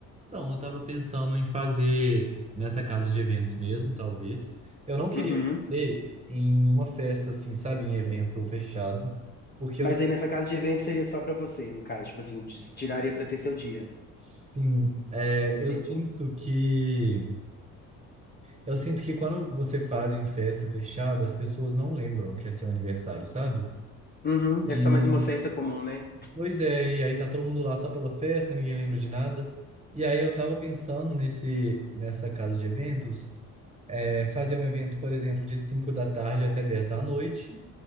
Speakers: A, on the right (about 20°); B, on the left (about 25°).
A: Então, eu tava pensando em fazer nessa casa de eventos mesmo, talvez. Eu não queria
B: Uhum.
A: fazer em uma festa, assim, sabe, em evento fechado, porque
B: Mas
A: eu,
B: aí nessa casa de evento seria só pra você, no caso, tipo assim, des- tiraria pra ser seu dia.
A: sim, é,
B: Entendi.
A: eu sinto que, eu sinto que quando você faz em festa fechada, as pessoas não lembram que é seu aniversário, sabe?
B: Uhum.
A: E,
B: É só mais uma festa comum, né?
A: pois é, e aí tá todo mundo lá só pela festa, ninguém lembra de nada. E aí eu tava pensando nesse, nessa casa de eventos é, fazer um evento, por exemplo, de 5 da tarde até dez da noite,